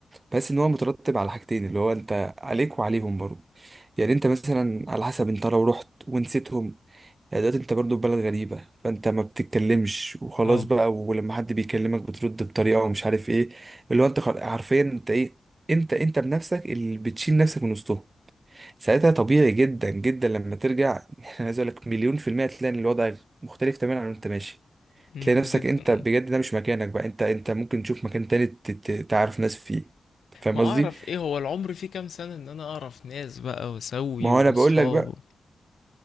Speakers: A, on the right; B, on the left.
A: بحس إن هو مترتب على حاجتين اللي هو أنت عليك وعليهم برضه يعني أنت مثلا على حسب أنت لو رحت ونسيتهم يعني دلوقتي أنت برضه في بلد غريبة فأنت ما بتتكلمش وخلاص
B: اه
A: بقى ولما حد بيكلمك بترد بطريقة ومش عارف إيه اللي هو أنت خل- حرفيا أنت إيه أنت أنت بنفسك اللي بتشيل نفسك من وسطهم ساعتها طبيعي جدا جدا لما ترجع <laughs> انا عايز اقول لك مليون في المية تلاقي ان الوضع مختلف تماما عن انت ماشي
B: امم
A: تلاقي نفسك
B: جدا
A: انت
B: اه
A: بجد ده مش مكانك بقى انت انت ممكن تشوف مكان تاني ت- ت- تعرف ناس فيه فاهم
B: ما اعرف
A: قصدي
B: ايه هو العمر فيه كام سنة ان انا اعرف ناس بقى واسوي
A: ما
B: واصحاب
A: هو انا بقول لك بقى